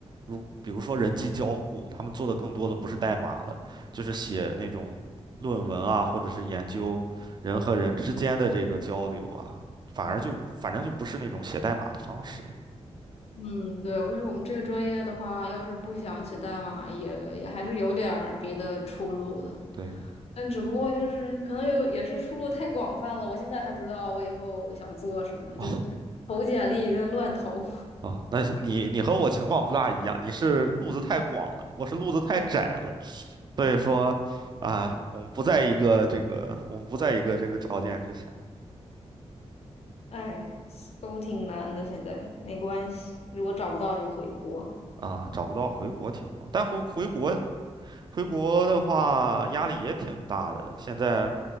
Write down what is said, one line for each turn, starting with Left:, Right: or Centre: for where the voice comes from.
Right: 如比如说人机交互，他们做的更多的不是代码了，就是写那种论文啊，或者是研究人和人之间的这个交流啊，反而就反正就不是那种写代码的方式了
Left: 嗯，对，我觉得我们这个专业的话，要是不想写代码，也也还是有点儿别的出路的。
Right: 对。
Left: 但只不过就是可能有也是出路太广泛了，我现在还不知道我以后想做什么，
Right: <laughs>
Left: 就是投简历就乱投。
Right: 哦啊，但是你你和我情况不大一样，你是路子太广了，我是路子太窄了，所以说啊，我们不在一个这个，我们不在一个这个条件之下
Left: 哎，都挺难的，现在没关系，如果找不到就回国。
Right: 啊，找不到回国挺好，但回回国回国的话压力也挺大的，现在